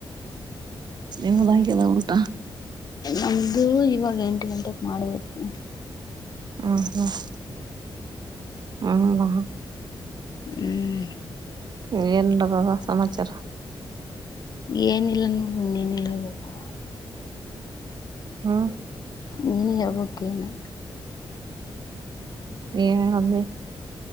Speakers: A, on the right; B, on the left.
A: ನಿಮ್ಮದಾಗ್ಯದ ಊಟ
B: ನಮ್ದು ಇವಾಗ ಎಂಟು ಗಂಟೆಗೆ ಮಾಡ್ಬೇಕ ನೋಡ್
A: ಹ್ಮ ಹ್ಮ್ ಹ್ಮ ಹ್ಮ
B: ಹ್ಮ್
A: ಏನ ನಡದದ ಅವ್ವಾ ಸಮಾಚಾರ
B: ಏನಿಲ್ಲ ನೋಡ ನೀನ್ ಹೇಳ್ಬೇಕು
A: ಹ್ಮ
B: ನೀನ ಹೇಳಬೇಕು ಏನರ
A: ನೀ ಏನ್ ಏನ್ ಹೊಲ್ಡಿ